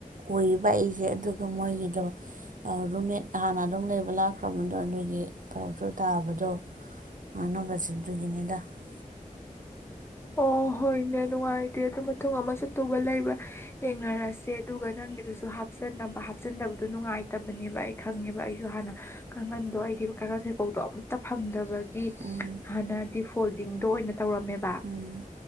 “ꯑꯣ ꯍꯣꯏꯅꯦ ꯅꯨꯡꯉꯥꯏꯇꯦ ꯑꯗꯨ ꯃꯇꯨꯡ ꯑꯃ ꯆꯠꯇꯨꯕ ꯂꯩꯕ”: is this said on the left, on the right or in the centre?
Left